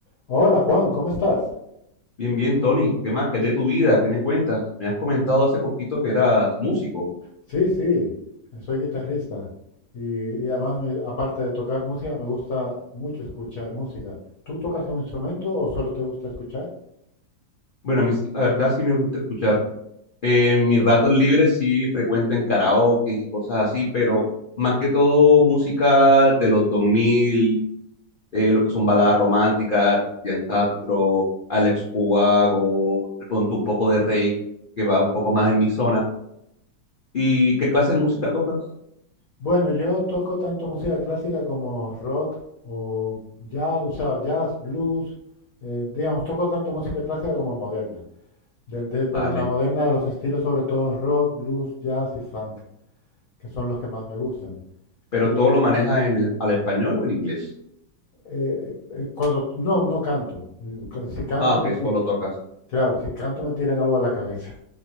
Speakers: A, on the left; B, on the left.
A: Hola Juan, ¿cómo estás?
B: Bien, bien, Tony. ¿Qué más? ¿Qué es de tu vida? ¿Qué me cuentas? Me has comentado hace poquito que eras músico.
A: Sí, sí, soy guitarrista y, y además, me- aparte de tocar música, me gusta mucho escuchar música. ¿Tú tocas un instrumento o solo te gusta escuchar?
B: Bueno, a mí, la verdad sí me gusta escuchar. Eh, en mis ratos libres sí frecuento en karaoke y cosas así, pero más que todo música de los 2000, eh, lo que son baladas románticas, Cristian Castro, Alex Ubago, de pronto un poco de Rey, que va un poco más en mi zona. ¿Y qué clase de música tocas?
A: Bueno, yo toco tanto música clásica como rock o jazz, o sea, jazz, blues, eh, digamos, toco tanto música clásica como moderna, De- de- pero
B: Vale.
A: en la moderna los estilos sobre todo rock, blues, jazz y funk, que son los que más me gustan.
B: ¿Pero
A: Y
B: todo lo manejas en el, al español o en inglés?
A: eh, eh, cuando no, no canto. Si canto
B: Ah, ok,
A: me tiran,
B: solo tocas.
A: claro, si canto me tiran algo a la cabeza.